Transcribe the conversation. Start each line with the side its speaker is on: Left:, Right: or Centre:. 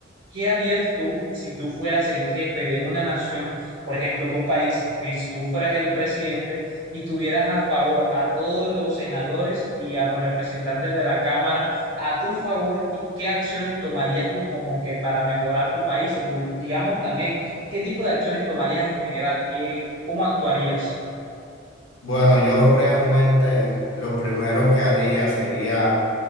Right: ¿qué harías tú si tú fueras el jefe de una nación, por ejemplo, tu país, y si tú fueras el presidente y tuvieras a favor a todos los senadores y a los representantes de la Cámara a tu favor y qué acciones tomarías tú como que para mejorar tu país? O digamos también, ¿qué tipo de acciones tomarías en general? ¿Qué, cómo actuarías?
Left: Bueno, yo realmente lo primero que haría sería